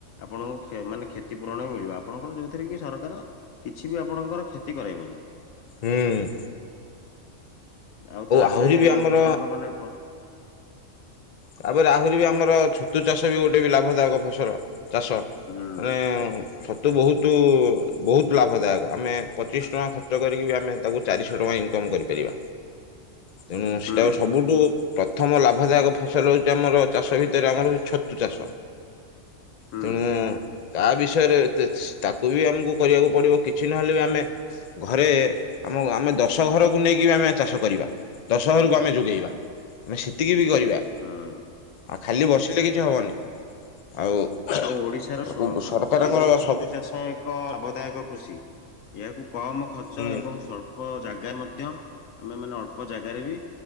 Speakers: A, on the left; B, on the left.
A: ଆପଣଙ୍କୁ ମାନେ କ୍ଷତିପୂରଣ ହଁ ମିଳିବ ଆପଣଙ୍କର ଯୋଉ ସେଥିରେ କି ସରକାର କିଛି ବି ଆପଣଙ୍କର କ୍ଷତି କରାଇବନି।
B: ହୁଁ।
A: ଆଉ ତାପରେ
B: ଆହୁରି ବି ଆମର
A: ଉନ୍ନତ ମାନେ ହୁଁ।
B: ତାପରେ ଆହୁରି ବି ଆମର ଛତୁ ଚାଷ ବି ଗୋଟେ ବି ଲାଭ ଦାୟକ ଫସଲ ଚାଷ।
A: ହୁଁ
B: ମାନେ। ଛତୁ ବହୁତ ବହୁତ ଲାଭଦାୟକ ଆମେ ପଚିଶ ଟଙ୍କା ଖର୍ଚ୍ଚ କରିକି ବି ଆମେ ତାକୁ ଚାରିଶହ ଟଙ୍କା ଇନକମ୍ କରିପାରିବା। ତେଣୁ ସେଟା
A: ହୁଁ
B: ସବୁଠୁ ପ୍ରଥମ ଲାଭଦାୟକ ଫସଲ ହଉଛି ଆମର ଚାଷ ଭିତରେ ଆମର ହଉଛି ଛତୁ ଚାଷ
A: ହୁଁ
B: ତେଣୁ ତା ବିଷୟରେ ଏତେ ତାକୁ ବି ଆମକୁ କରିବାକୁ ପଡିବ କିଛି ନହେଲେ ବି ଆମେ ଘରେ ଆମ ଆମେ ଦଶ ଘରକୁ ନେଇକି ଆମେ ଚାଷ କରିବା। ଦଶହରକୁ ଆମେ ଯୋଗେଇବା ଆମେ ସେତିକି ବି କରିବା।
A: ହଁ।
B: ଆଉ ଖାଲି ବସିଲେ କିଛି ହେବନି ଆଉ
A: ଆଉ ଓଡିଶାର
B: ତାକୁ
A: ଶୁଣନ୍ତୁ
B: ସରକାରଙ୍କର
A: ଓଡିଶା ବି ଛତୁ
B: ସବୁ
A: ଚାଷ ଏକ ଲାଭଦାୟକ କୃଷି ଏହାକୁ କମ ଖର୍ଚ୍ଚ
B: ହୁଁ
A: ଏବଂ ସଳ୍ପ ଅଳ୍ପ ଜାଗା ମଧ୍ୟ ଆମେ ମାନେ ଅଳ୍ପ ଜାଗାରେ ବି